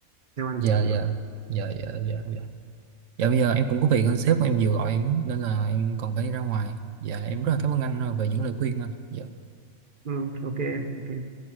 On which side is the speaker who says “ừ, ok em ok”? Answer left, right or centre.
Right